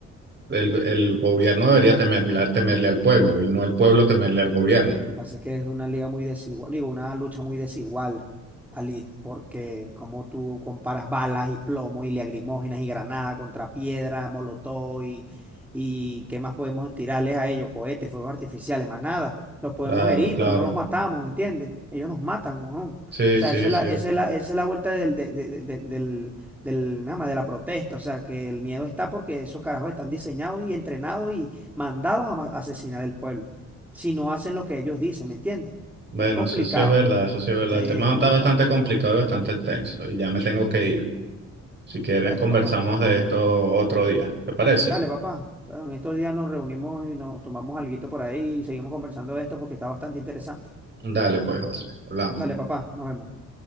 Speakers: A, on the right; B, in the centre.
A: el, el gobierno debería temerle, temerle al pueblo y no el pueblo temerle al gobierno.
B: Pasa que es una liga muy desigual, digo, una lucha muy desigual, Ali, porque como tú comparas balas y plomo y lagrimógenas y granada contra piedra, molotov y, y qué más podemos tirarles a ellos, cohetes, fuegos artificiales, más nada. Los podemos
A: Claro,
B: herir,
A: claro,
B: pero no los matamos, ¿me entiendes? Ellos nos matan, ¿no? O
A: sí,
B: sea,
A: sí,
B: eso es
A: sí.
B: la, esa es la, esa es la vuelta del, de, de- de- de- del, del, me llama, de la protesta. O sea, que el miedo está porque esos carajos están diseñados y entrenados y mandados a ma- asesinar el pueblo si no hacen lo que ellos dicen, ¿me entiendes?
A: Bueno,
B: Es complicado,
A: sí, sí es verdad, eso sí es verdad.
B: sí, es
A: El tema
B: muy
A: está bastante
B: complicado.
A: complicado y bastante extenso y ya me tengo que ir. Si quieres,
B: Bueno,
A: conversamos
B: papá,
A: de esto otro día, ¿te parece?
B: dale, papá. En estos días nos reunimos y nos tomamos alguito por ahí y seguimos conversando de esto porque está bastante interesante.
A: Dale, pues, José, hablamos.
B: Dale, papá, nos vemos.